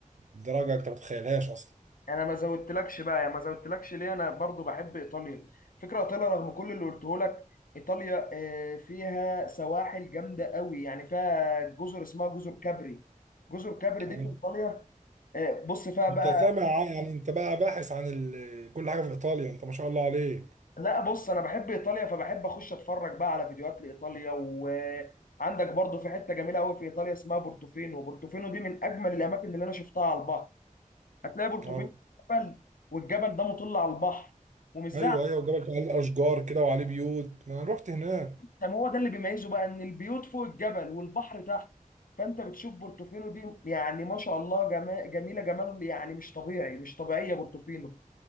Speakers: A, on the right; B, on the left.
A: لدرجه انت ما تتخيلهاش اصلا
B: انا ما زودتلكش بقى يا ما زودتلكش ليه انا برضو بحب ايطاليا فكره ايطاليا رغم كل اللي قلته لك ايطاليا آه، فيها سواحل جامده قوي يعني فيها جزر اسمها جزر كابري جزر كابري
A: تمام؟
B: دي في ايطاليا آه، بص فيها
A: انت
B: بقى
A: سامع عن- يعني انت بقى باحث عن ال... كل حاجه في ايطاليا انت ما شاء الله عليك
B: لا بص انا بحب ايطاليا فبحب اخش اتفرج بقى على فيديوهات لايطاليا وعندك برضو في حته جميله قوي في ايطاليا اسمها بورتوفينو بورتوفينو دي من اجمل الاماكن اللي انا شفتها على البحر هتلاقي بورتوفينو
A: آه.
B: جبل والجبل ده مطل على البحر ومش زي
A: ايوه
B: عندنا،
A: ايوه وجبل عليه اشجار كده وعليه بيوت ما انا رحت هناك
B: ده ما هو ده اللي بيميزه بقى ان البيوت فوق الجبل والبحر تحت فانت بتشوف بورتوفينو دي يعني ما شاء الله جما... جميله جمال يعني مش طبيعي مش طبيعيه بورتوفينو